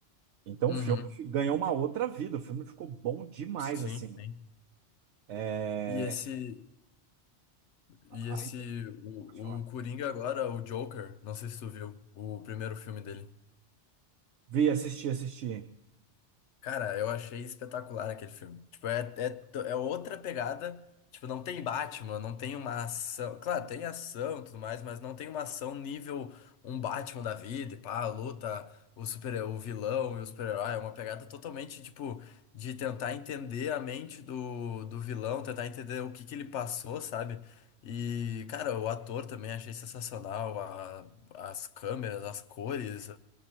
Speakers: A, on the right (about 75°); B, on the left (about 75°).
A: Então
B: Uhum.
A: o filme fi- ganhou uma outra vida, o filme ficou bom demais,
B: Sim,
A: assim.
B: sim.
A: É...
B: E esse.
A: Aí,
B: E esse, o,
A: pode falar.
B: o Coringa agora, o Joker, não sei se tu viu o primeiro filme dele.
A: Vi, assisti, assisti.
B: Cara, eu achei espetacular aquele filme. Tipo, é, é, to- é outra pegada. Tipo, não tem Batman, não tem uma ação. Claro, tem ação e tudo mais, mas não tem uma ação nível um Batman da vida, e pá, luta, o super, o vilão e o super-herói. É uma pegada totalmente, tipo, de tentar entender a mente do, do vilão, tentar entender o que que ele passou, sabe? E, cara, o ator também achei sensacional. a- as câmeras, as cores.